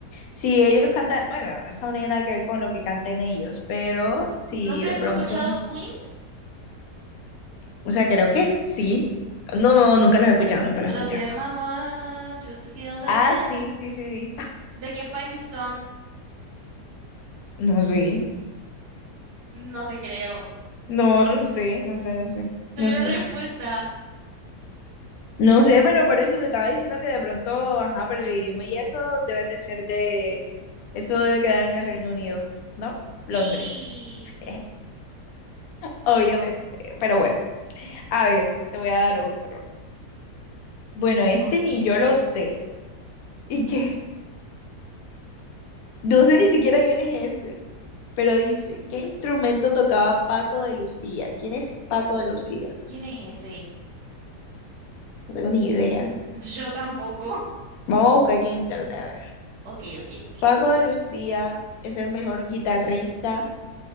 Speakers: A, on the left (about 70°); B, on the right (about 80°).
A: si ellos cantan, bueno, eso no tiene nada que ver con lo que canten ellos, pero si
B: ¿Nunca
A: de
B: has
A: pronto,
B: escuchado Queen?
A: o sea, creo que sí. No, no, nunca los he escuchado, nunca los
B: Los
A: he escuchado.
B: de Mama, Just Kill the
A: Ah,
B: Man.
A: sí, sí, sí, sí.
B: ¿De qué país son?
A: No sé,
B: No te creo.
A: no, no sé, no sé, no sé,
B: Tuve
A: no
B: la
A: sé.
B: respuesta.
A: No sé, pero por eso te estaba diciendo que de pronto, ajá, por el idioma y eso deben de ser de, eso debe quedar en el Reino Unido, ¿no? Londres.
B: Sí.
A: <laughs> Obviamente, pero bueno, a ver, te voy a dar otro. Bueno, este
B: Ok.
A: ni yo lo sé. ¿Y qué? No sé ni siquiera quién es ese, pero dice, ¿qué instrumento tocaba Paco de Lucía? ¿Quién es Paco de Lucía?
B: ¿Quién es ese?
A: No tengo ni idea.
B: Yo tampoco. <laughs>
A: Vamos a buscar aquí en internet. a ver.
B: Ok, ok, ok.
A: Paco de Lucía es el mejor guitarrista